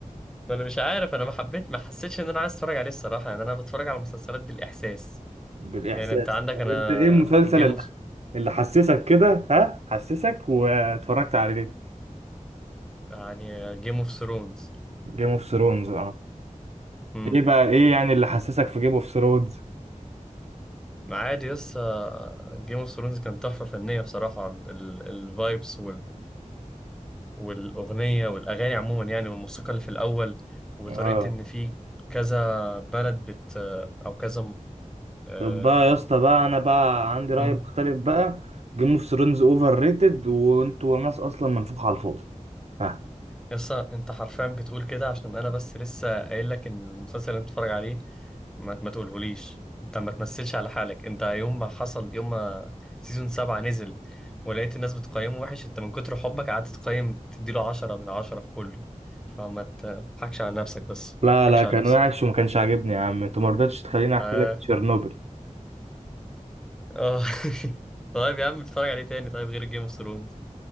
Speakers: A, in the centre; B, on the right.
A: ما انا مش عارف انا ما حبيت ما حسيتش ان انا عايز اتفرج عليه الصراحه يعني انا بتفرج على مسلسلات بالاحساس
B: بالاحساس
A: يعني انت عندك
B: طب
A: انا
B: انت ايه المسلسل
A: جيم
B: اللي
A: اوف
B: اللي حسسك كده ها حسسك واتفرجت عليه
A: يعني جيم اوف ثرونز
B: جيم اوف ثرونز اه
A: امم
B: ايه بقى ايه يعني اللي حسسك في جيم اوف ثرونز
A: عادي يس جيم اوف ثرونز كان تحفه فنيه بصراحه الفايبس والأغنية والأغاني عموما يعني والموسيقى اللي في الأول وطريقة
B: اه
A: إن في كذا بلد بت أو كذا م- آه،
B: طب بقى يا اسطى بقى انا بقى عندي رأي
A: مم.
B: مختلف بقى جيم اوف ثرونز اوفر ريتد وانتوا ناس اصلا منفوخة على الفاضي ها
A: يسا أنت حرفيا بتقول كده عشان أنا بس لسه قايل لك إن المسلسل اللي أنت بتتفرج عليه ما, ما تقولهوليش أنت ما تمثلش على حالك أنت يوم ما حصل يوم ما سيزون سبعة نزل ولقيت الناس بتقيمه وحش أنت من كتر حبك قعدت تقيم تديله عشرة من عشرة في كله فما تضحكش على نفسك بس ما
B: لا لا
A: تضحكش
B: كان
A: على نفسك
B: وحش وما كانش عاجبني يا عم انت ما رضيتش تخليني احكي
A: آه،
B: لك تشيرنوبل
A: اه <laughs> طيب يا عم اتفرج عليه تاني طيب غير جيم اوف ثرونز